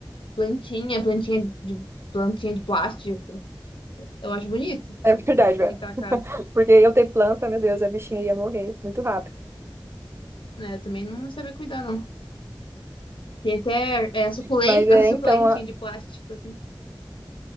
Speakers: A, on the left (about 75°); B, on the right (about 30°).
A: plantinha, plantinha de, plantinha de plástico. Eu acho bonito
B: É verdade, velho.
A: ajeitar a casa,
B: Porque eu ter planta, meu Deus, a bichinha ia morrer muito rápido.
A: né? Eu também não sabia cuidar, não. Tem até é, suculenta,
B: Mas é,
A: <laughs> suculentinha
B: então,
A: de plástico, assim.